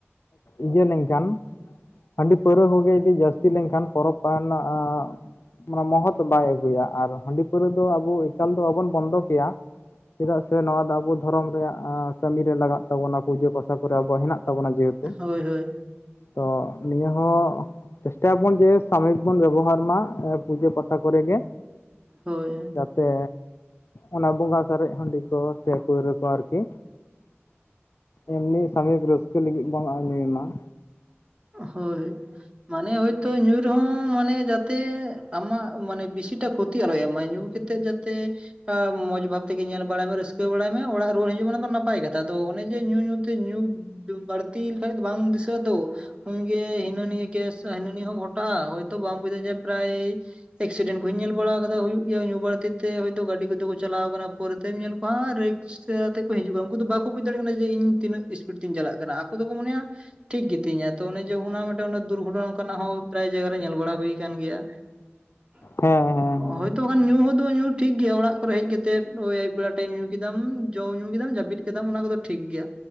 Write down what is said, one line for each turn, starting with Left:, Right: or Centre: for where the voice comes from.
Left: ᱤᱭᱟᱹ ᱞᱮᱱᱠᱷᱟᱱ, ᱦᱟᱺᱰᱤ ᱯᱟᱹᱣᱨᱟᱹ ᱠᱚᱜᱮ ᱡᱩᱫᱤ ᱡᱟᱹᱥᱛᱤ ᱞᱮᱱᱠᱷᱟᱱ ᱯᱚᱨᱚᱵᱽ <inaudible> ᱢᱟᱱᱮ ᱢᱚᱦᱚᱛ ᱵᱟᱭ ᱟᱹᱜᱩᱭᱟ ᱟᱨ ᱦᱟᱺᱰᱤ ᱯᱟᱹᱣᱨᱟᱹ ᱫᱚ ᱟᱵᱚ ᱮᱠᱟᱞ ᱫᱚ ᱵᱟᱵᱚᱱ ᱵᱚᱱᱫᱚ ᱠᱮᱭᱟ, ᱪᱮᱫᱟᱜ ᱥᱮ ᱱᱚᱣᱟ ᱫᱚ ᱟᱵᱚ ᱫᱷᱚᱨᱚᱢ ᱨᱮᱭᱟᱜ ᱠᱟᱹᱢᱤ ᱨᱮ ᱞᱟᱜᱟᱜ ᱛᱟᱵᱚᱱᱟ ᱯᱩᱡᱟᱹ ᱯᱟᱥᱟ ᱠᱚᱨᱮ ᱟᱵᱚ ᱦᱮᱱᱟᱜ ᱛᱟᱵᱚᱱᱟ ᱡᱮᱦᱮᱛᱩ,
Right: ᱦᱳᱭ ᱦᱳᱭ,
Left: ᱛᱚ ᱱᱤᱭᱟᱹ ᱦᱚᱸ, ᱪᱮᱥᱴᱟᱭᱟᱵᱚᱱ ᱡᱮ ᱥᱟᱢᱚᱭᱤᱠ ᱵᱚᱱ ᱵᱮᱵᱚᱦᱟᱨ ᱢᱟ ᱯᱩᱡᱟᱹ ᱯᱟᱥᱟ ᱠᱚᱨᱮᱜ ᱜᱮ,
Right: ᱦᱳᱭ,
Left: ᱥᱮ ᱚᱱᱟ ᱵᱚᱸᱜᱟ ᱥᱟᱨᱮᱡ ᱦᱟᱺᱰᱤ ᱠᱚ ᱥᱮ ᱯᱟᱹᱣᱨᱟᱹ ᱠᱚ ᱟᱨᱠᱤ, ᱮᱢᱱᱤ ᱥᱟᱢᱤᱠ ᱨᱟᱹᱥᱠᱟᱹ ᱞᱟᱹᱜᱤᱫ ᱵᱚᱱ ᱟᱧᱩᱭ ᱢᱟ ᱾
Right: ᱦᱳᱭ, ᱢᱟᱱᱮ ᱦᱳᱭᱛᱚ ᱧᱩ ᱨᱮᱦᱚᱸ ᱢᱟᱱᱮ ᱡᱟᱛᱮ ᱟᱢᱟᱜ ᱢᱟᱱᱮ ᱵᱮᱥᱤᱴᱟ ᱠᱷᱚᱛᱤ ᱟᱞᱚᱭ ᱮᱢᱟᱭ ᱧᱩ, ᱠᱟᱛᱮ ᱡᱟᱛᱮ ᱢᱟᱡᱽᱵᱷᱟᱵ ᱛᱮᱜᱮ ᱧᱮᱞ ᱵᱟᱲᱟᱭ ᱢᱮ ᱨᱟᱹᱥᱠᱟᱹ ᱵᱟᱲᱟᱭ ᱢᱮ ᱚᱲᱟᱜ ᱨᱩᱣᱟᱹᱲ ᱦᱤᱡᱩᱜ ᱢᱮ ᱚᱱᱟ ᱫᱚ ᱱᱟᱯᱟᱭ ᱜᱮ, ᱟᱫᱚ ᱚᱱᱮ ᱡᱮ ᱧᱩ ᱧᱩᱛᱮ ᱧᱩ ᱵᱟᱹᱲᱛᱤ ᱞᱮᱠᱷᱟᱡ ᱫᱚ ᱵᱟᱝ ᱫᱤᱥᱟᱹᱜ-ᱟ ᱛᱚ, ᱩᱱᱟᱹᱝ ᱜᱮ ᱦᱤᱱᱟᱹᱱᱤᱭᱟᱹ ᱠᱮᱥ ᱦᱤᱱᱟᱹᱱᱤᱭᱟᱹ ᱦᱚᱸ ᱜᱷᱚᱴᱟᱣᱚᱜ-ᱟ ᱦᱚᱭᱛᱚ ᱵᱟᱝ ᱵᱩᱡᱷᱟᱹ ᱡᱮ ᱯᱨᱟᱭ, ᱮᱠᱥᱤᱰᱮᱱᱴ ᱠᱚᱦᱚᱧ ᱧᱮᱞ ᱵᱟᱲᱟ ᱠᱟᱫᱟ ᱦᱩᱭᱩᱜ ᱜᱮᱭᱟ ᱧᱩ ᱵᱟᱹᱲᱛᱤ ᱛᱮ ᱦᱚᱭᱛᱳ ᱜᱟᱹᱰᱤ ᱠᱚᱛᱮ ᱠᱚ ᱪᱟᱞᱟᱣ ᱟᱠᱟᱱᱟ ᱯᱚᱨᱮᱛᱮᱢ ᱧᱮᱞ ᱠᱚᱣᱟ ᱨᱤᱠᱥ, ᱛᱮ ᱠᱚ ᱦᱤᱡᱩᱜ-ᱟ ᱩᱱᱠᱩ ᱫᱚ ᱵᱟᱠᱚ ᱵᱩᱡᱽ ᱫᱟᱲᱮ ᱠᱟᱱᱟ ᱡᱮ ᱤᱧ ᱛᱤᱱᱟᱹᱜ ᱥᱯᱤᱰ ᱛᱤᱧ ᱪᱟᱞᱟᱜ ᱠᱟᱱᱟ ᱟᱠᱚ ᱫᱚᱠᱚ ᱢᱚᱱᱮᱭᱟ, ᱴᱷᱤᱠ ᱜᱮᱛᱤᱧᱟ ᱛᱚ ᱚᱱᱮ ᱡᱮ ᱚᱱᱟ ᱢᱤᱫᱴᱟᱝ ᱫᱩᱨᱜᱚᱴᱚᱱᱟ ᱚᱱᱠᱟᱱᱟᱜ ᱦᱚᱸ ᱯᱨᱟᱭ ᱡᱟᱭᱜᱟᱮ ᱧᱮᱞ ᱵᱟᱲᱟ ᱦᱩᱭ ᱟᱠᱟᱱ ᱜᱮᱭᱟ᱾ ᱦᱮᱸ <inaudible>
Left: ᱦᱮᱸ ᱦᱮᱸ ᱦᱮᱸ,
Right: ᱦᱳᱭᱛᱚ ᱵᱟᱠᱷᱟᱱ ᱧᱩ ᱦᱚᱸ ᱧᱩ ᱴᱷᱤᱠ ᱜᱮᱭᱟ ᱚᱲᱟᱜ ᱠᱚᱨᱮ ᱦᱮᱡ ᱠᱟᱛᱮᱫ ᱟᱹᱭᱩᱵ ᱵᱮᱞᱟ ᱴᱟᱭᱤᱢ ᱧᱩ ᱠᱮᱫᱟᱢ ᱡᱚᱢ ᱧᱩ ᱠᱮᱫᱟᱢ ᱡᱟᱹᱯᱤᱫ ᱠᱮᱫ, ᱠᱮᱫᱟᱢ ᱚᱱᱟ ᱠᱚᱫᱚ ᱴᱷᱤᱠ ᱜᱮᱭᱟ,